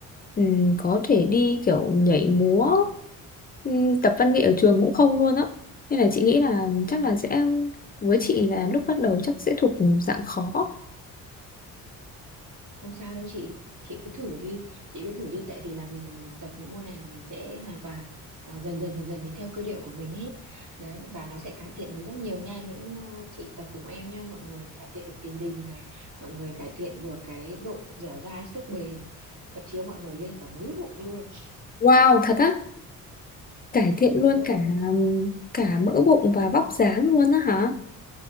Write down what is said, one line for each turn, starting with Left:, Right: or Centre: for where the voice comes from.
Left: ừm, có thể đi kiểu nhảy múa ừm, tập văn nghệ ở trường cũng không luôn á Nên là chị nghĩ là chắc là sẽ với chị là lúc bắt đầu chắc sẽ thuộc dạng khó
Right: Không sao đâu chị, chị cứ thử đi, chị cứ thử đi tại vì là mình tập những môn này là mình sẽ hoàn toàn à, dần dần dần dần mình theo cơ điệu của mình hết. Đấy và nó sẽ cải thiện được rất nhiều nha, những ờ, chị tập cùng em nha, mọi người cải thiện được tiền đình này, mọi người cải thiện được cái độ dẻo dai, sức bền, thậm chí mọi người lên cả múi bụng luôn.
Left: Wow, thật á, cải
Right: <laughs>
Left: thiện
Right: Đúng
Left: luôn
Right: rồi,
Left: cả cả mỡ bụng và vóc dáng luôn á hả?